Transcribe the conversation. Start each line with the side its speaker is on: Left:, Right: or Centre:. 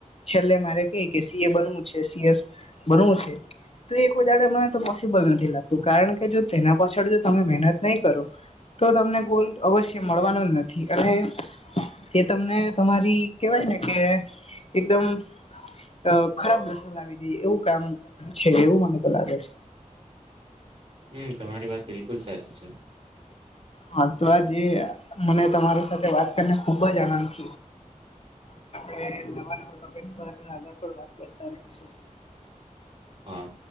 Left: છેલ્લે મારે કે સી એ બનવું છે સીએસ બનવું છે તો એ કોઈ દાડે મને તો પોસિબલ નથી લાગતું કારણ કે જો તેના પાછળ જો તમે મહેનત નહીં કરો તો તમને ગોલ્ડ અવશ્ય મળવાનો જ નથી અને તે તમને તમારી કેવાય ને કે એકદમ અ ખરાબ નસા લાવી દે એવું કામ છે એવું મને તો લાગે છે
Right: હમ તમારી વાત બિલકુલ સાચી છે
Left: હા તો આજ મને તમારી સાથે વાત કરીને ખુબ જ આનંદ છ
Right: <inaudible>
Left: હ નવા નવા ટોપિક પર આગળ પણ વાત કરતા રહીશું
Right: હા